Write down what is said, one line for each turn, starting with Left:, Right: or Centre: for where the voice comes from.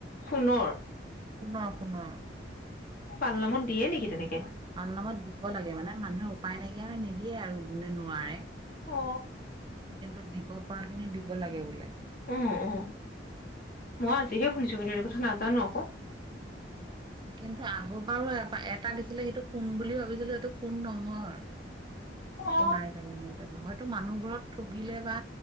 Left: সোণৰ?
Right: সোণৰ সোণৰ।
Left: পালনামত দিয়ে নেকি তেনেকে?
Right: পালনামত দিব লাগে মানে, মানুহে উপায় নাইকিয়া হৈ নিদি দিয়ে আৰু যোনে নোৱাৰে।
Left: অ
Right: কিন্তু দিব পৰা খিনি দিব লাগে বোলে।
Left: অ' অ', মই আজিহে শুনিছো কিন্তু, এইটো কথা নাজ জানো আকৌ।
Right: অ', কিন্তু আগৰবাৰো এবা-এটা দিছিলে সেইটো সোণ বুলি ভাবিছিলো, সেইটো সোণ নহয়।
Left: অ
Right: সোণাৰি তালে নিওতে হয়টো মানুহ ধৰক ঠগিলে বা,